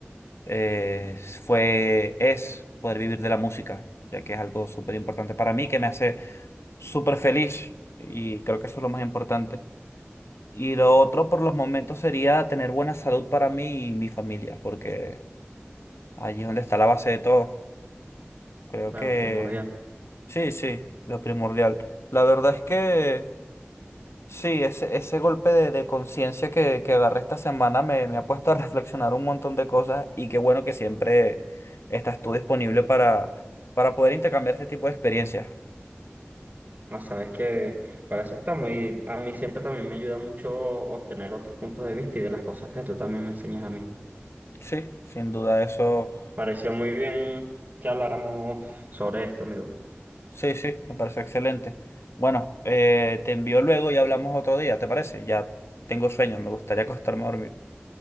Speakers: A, on the left (about 85°); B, on the right (about 45°).
A: eh, fue, es poder vivir de la música, ya que es algo súper importante para mí, que me hace súper feliz y creo que eso es lo más importante. Y lo otro por los momentos sería tener buena salud para mí y mi familia, porque allí es donde está la base de todo. Creo
B: Claro,
A: que
B: primordial.
A: sí, sí, lo primordial. La verdad es que sí, ese, ese golpe de, de conciencia que, que agarré esta semana me, me ha puesto a reflexionar un montón de cosas y qué bueno que siempre estás tú disponible para, para poder intercambiar este tipo de experiencias.
B: No, sabes que para eso estamos y a mí siempre también me ayuda mucho obtener otros puntos de vista y de las cosas que tú también me enseñas a mí.
A: Sí, sin duda eso.
B: Pareció muy bien que habláramos sobre esto, amigo. <laughs>
A: Sí, sí, me parece excelente. Bueno, eh, te envío luego y hablamos otro día, ¿te parece? Ya tengo sueño, me gustaría <laughs> acostarme a dormir.